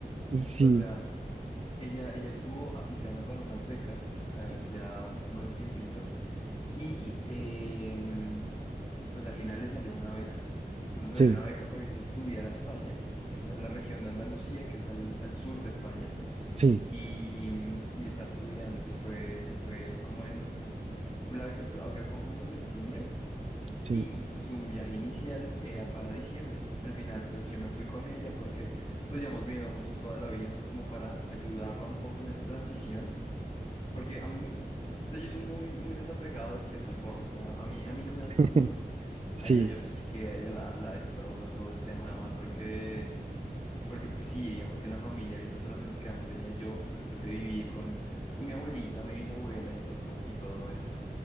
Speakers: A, on the right; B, on the left.
A: Sí,
B: O sea Ella, ella estuvo aplicando para unas becas eh, ya un buen tiempito y em, pues al final le salió una beca. Entonces le
A: sí,
B: salió una beca para irse a estudiar a España. Ella está en la región de Andalucía, que es al, al sur de España,
A: sí,
B: y, mm, y está estudiando. Se fue, se fue como en, la beca empezó creo como, como en septiembre
A: sí,
B: y su viaje inicial era para diciembre. Al final pues yo me fui con ella porque pues llevamos viviendo juntos toda la vida, entonces como para ayudarla un poco en esa transición porque a mí, o sea, yo soy muy, muy desapegado de cierta forma, o sea, a mí, a mí no me da
A: <laughs>
B: tan duro.
A: sí.
B: A ella yo sé sí que a ella la, la destroza todo el tema además, porque, porque pues sí, digamos que en la familia ahorita solamente quedamos ella y yo después de vivir con, con mi abuelita, mi bisabuela y todo, y todo esto.